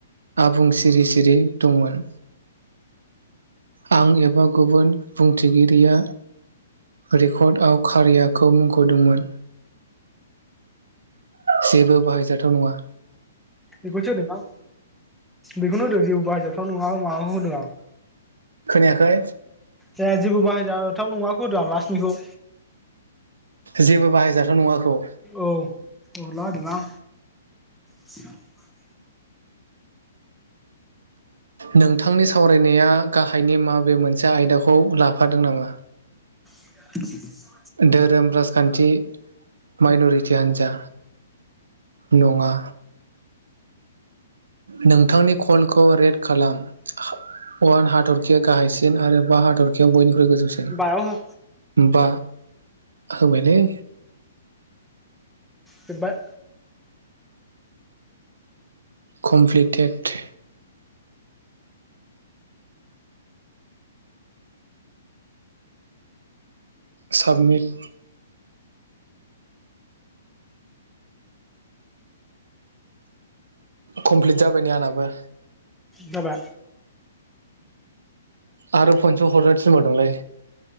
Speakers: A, on the right; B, in the centre.
A: आबुं सिरि सिरि दंमोन आं एबा गुबुन बुंथिगिरिया रेकर्डआव कारियाखौ मुंख'दोंमोन। जेबो बाहायजाथाव नंङा?
B: बेखौसो होदों आं बेखौनो होदों जिबो बाहाय जाथाव नंङा माबाखौ होदों आं
A: याखै?
B: जाया जेबो बाहाय जाथाव नंङाखौ होदां लास्टनिखौ
A: जेबो बाहायजाथाव नंङाखौ।
B: औ औला होदोंलां। <unintelligible>
A: नोंथां थांनि सावरायनाया गाहायनि मा बे मोनसे दा आयदाखौ लाफादों नामा?
B: <inaudible>
A: धोरोम राजखान्थि माइन'रिटि हान्जा नंङा नोंथांनि कलखौ रेड खालाम अआन हाथरखिया गाहायसिन आरो बा हाथरखियाव बयनिख्रुइ गोजौ हुसेन
B: बायाव हो
A: बा होबायलै
B: जोबाय
A: कमप्लिटेड साबमिट कमप्लिट जाबायनि आंनाबो
B: माबा
A: आरो फनस' हरनो थिनबादोंलै